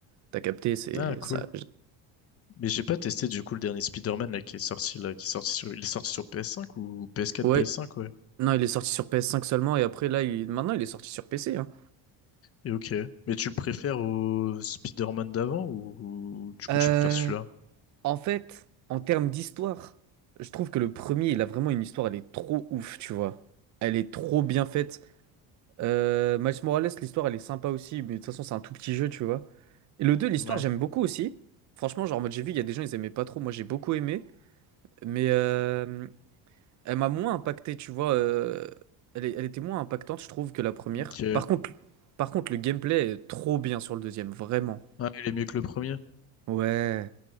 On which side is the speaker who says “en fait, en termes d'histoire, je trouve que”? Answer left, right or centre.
Right